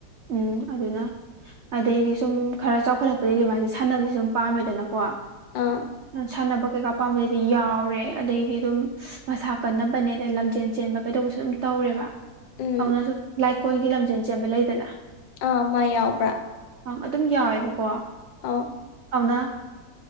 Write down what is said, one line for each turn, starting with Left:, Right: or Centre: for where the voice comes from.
Right: ꯎꯝ ꯑꯗꯨꯅ ꯑꯗꯩꯗꯤ ꯁꯨꯝ ꯈꯔ ꯆꯥꯎꯈꯠꯂꯛꯄꯗꯒꯤꯩꯗꯤ ꯃꯥꯁꯦ ꯁꯥꯟꯅꯕꯁꯤ ꯁꯨꯝ ꯄꯥꯝꯃꯦꯗꯅꯀꯣ ꯑ
Left: ꯑꯥ
Right: ꯁꯥꯟꯅꯕ ꯀꯩꯀꯥ ꯄꯥꯝꯕꯗꯩꯗꯤ ꯌꯥꯎꯔꯦ ꯑꯗꯩꯗꯤ ꯑꯗꯨꯝ ꯃꯁꯥ ꯀꯟꯅꯕꯅꯦ ꯑꯗ ꯂꯝꯖꯦꯟ ꯆꯦꯟꯕ ꯀꯩꯗꯧꯕꯁꯨ ꯑꯗꯨꯝ ꯇꯧ ꯍꯧꯔꯦꯕ
Left: ꯎꯝ
Right: ꯑꯗꯨꯅ ꯁꯨꯝ ꯂꯥꯏꯀꯣꯟꯜꯒꯤ ꯂꯝꯖꯦꯜ ꯆꯦꯟꯕ ꯂꯩꯗꯅ
Left: ꯑꯥ ꯃꯥ ꯌꯥꯎꯕ꯭ꯔꯥ
Right: ꯑꯪ ꯑꯗꯨꯝ ꯌꯥꯎꯋꯦꯕꯀꯣ
Left: ꯑ
Right: ꯊꯅ